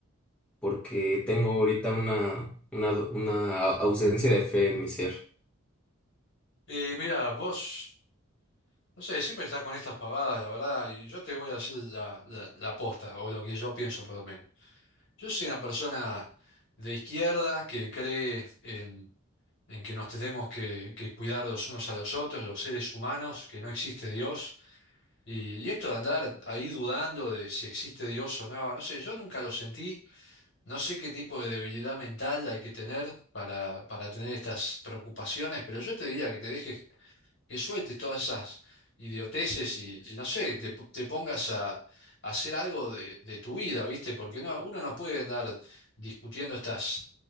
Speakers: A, in the centre; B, on the left (about 60°).
A: porque tengo ahorita una, una, una ausencia de fe en mi ser.
B: Y mira, vos, no sé, siempre estás con estas pavadas, la verdad, y yo te voy a hacer la, la, la posta, o lo que yo pienso por lo menos. Yo soy una persona de izquierda que cree en, en que nos tenemos que, que cuidar los unos a los otros, los seres humanos, que no existe Dios. Y, y esto de andar ahí dudando de si existe Dios o no, no sé, yo nunca lo sentí, no sé qué tipo de debilidad mental hay que tener para, para tener estas preocupaciones, pero yo te diría que te dejes que sueltes todas esas idioteces y, y no sé, te, te pongas a, a hacer algo de, de tu vida, ¿viste? Porque no, uno no puede andar discutiendo estas